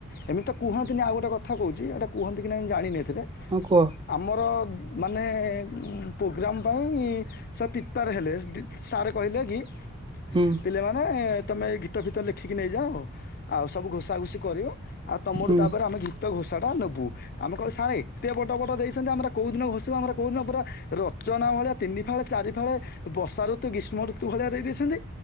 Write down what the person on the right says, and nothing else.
ହଁ କୁହ
ହୁଁ
ହୁଁ